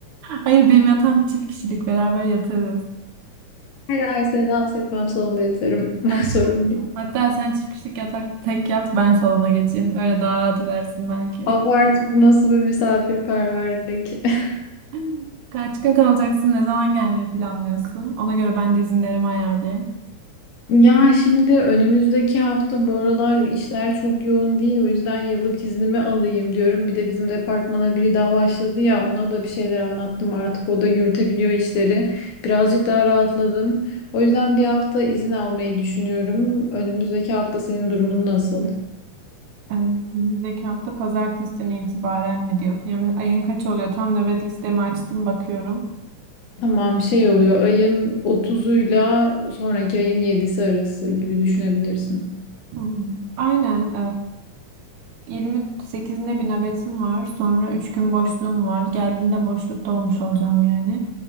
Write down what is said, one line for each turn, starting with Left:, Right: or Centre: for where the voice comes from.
Right: Hayır benim yatağım çift kişilik beraber yatarız.
Left: Her ay seni rahatsız etmem salonda yatarım. <laughs>
Right: Saçmalama.
Left: Sorun değil.
Right: Hatta sen çift kişilik yatak tek yat ben salona geçeyim. Öyle daha rahat edersin belki.
Left: Abartı bu nasıl bir misafirperverlik. <laughs>
Right: <laughs> Kaç gün kalacaksın? Ne zaman gelmeyi planlıyorsun? Ona göre ben de izinlerimi ayarlayayım.
Left: Ya şimdi önümüzdeki hafta bu aralar işler çok yoğun değil. O yüzden yıllık iznimi alayım diyorum. Bir de bizim departmana biri daha başladı ya ona da bir şeyler anlattım artık. O da yürütebiliyor işleri. Birazcık daha rahatladım. O yüzden bir hafta izin almayı düşünüyorum. Önümüzdeki hafta senin durumun nasıl?
Right: Evet, Önümüzdeki hafta pazartesinden itibaren mi diyorsun? Yani ayın kaç oluyor? Tam nöbet listemi açtım bakıyorum.
Left: Tamam şey oluyor ayın 30'uyla sonraki ayın 7'si arası gibi düşünebilirsin.
Right: Hmm, Aynen. E, 28'inde bir nöbetim var. Sonra 3 gün boşluğum var. Geldiğinde boşlukta olmuş olacağım yani.